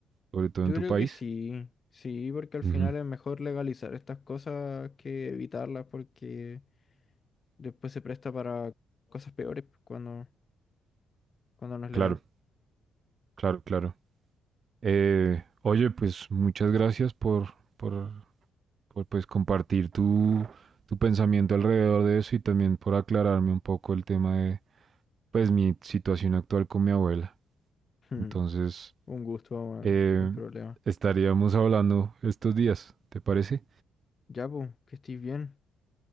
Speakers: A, on the right; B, on the left.
A: sobre todo
B: Yo
A: en tu
B: creo
A: país?
B: que sí, sí, porque al
A: Ujú,
B: final es mejor legalizar estas cosas que evitarlas porque después se presta para cosas peores pues, cuando, cuando no es
A: Claro,
B: legal.
A: claro, claro. Eh, oye, pues muchas gracias por, por por pues compartir tu, tu pensamiento alrededor de eso y también por aclararme un poco el tema de pues mi situación actual con mi abuela.
B: <laughs> Un
A: Entonces,
B: gusto, bueno,
A: eh,
B: no hay problema.
A: estaríamos hablando estos días, ¿te parece?
B: Ya, pues, que estés bien.